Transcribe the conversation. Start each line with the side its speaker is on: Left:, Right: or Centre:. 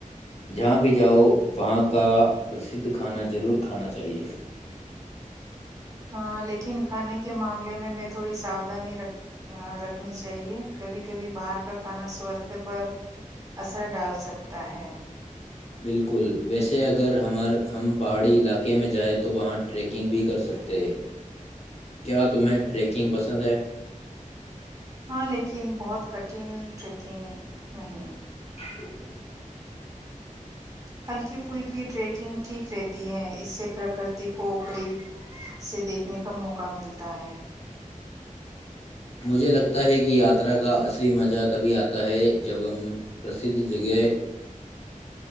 Left: جہاں بھی جاؤ وہاں کا پرسھ کھانا ضرور کھانا چاہیے
Right: ہاں لیکن کھانے کے معاملے میں میں تھوڑی ساؤدھانی رکھ رکھنی چاہیے کبھی کبھی باہر کا کھانا سواستھ پر اثر ڈال سکتا ہے
Left: بالکل ویسے اگر ہمار ہم پہاڑی علاقے میں جائیں تو وہاں ٹریکنگ بھی کر سکتے ہیں کیا تمیں ٹریکنگ پسند ہے
Right: ہاں لیکن بہت کٹھن ٹریکنگ نہیں
Left: <inaudible>
Right: ہلکی پھلکی ٹریکنگ ٹھیک رہتی ہے اسے پرکرتی کو قریب سے دیکھنے کا موقع ملتا ہے
Left: مجھے لگتا ہے کہ یاترا کا اصلی مزہ تبھی آتا ہے جب ہم پرسدھ جگہ